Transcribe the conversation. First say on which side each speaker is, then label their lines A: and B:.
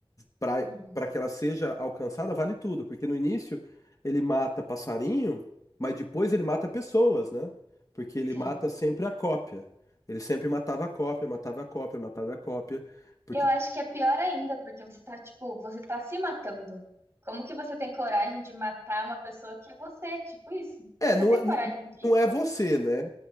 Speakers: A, on the left; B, on the right.
A: para
B: Uhum.
A: para que ela seja alcançada, vale tudo, porque no início ele mata passarinho, mas depois ele mata pessoas, né? Porque ele
B: Sim.
A: mata sempre a cópia. Ele sempre matava a cópia, matava a cópia, matava a cópia, porque
B: E eu acho que é pior ainda, porque você tá, tipo, você tá se matando. Como que você tem coragem de matar uma pessoa que é você? Tipo isso.
A: é,
B: Se você
A: não
B: tem
A: é,
B: coragem disso,
A: não é você, né?